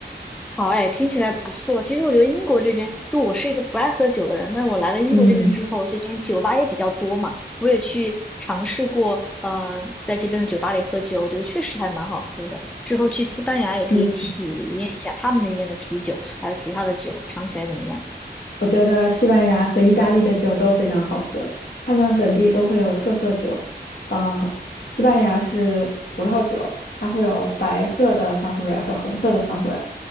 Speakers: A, in the centre; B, on the left.
A: 好哎，听起来不错。其实我觉得英国这边，就我是一个不爱喝酒的人，但是我来了英国这边之后，
B: 嗯
A: 这边酒吧也比较多嘛，我也去尝试过，嗯，在这边的酒吧里喝酒，我觉得确实还蛮好喝的。之后去西班牙也可以体验一下他们那边的啤酒，
B: 嗯。
A: 还有其他的酒，尝起来怎么样？
B: 我觉得西班牙和意大利的酒都非常好喝，他们本地都会有特色酒。呃，西班牙是葡萄酒，它会有白色的 sangria 和红色的 sangria，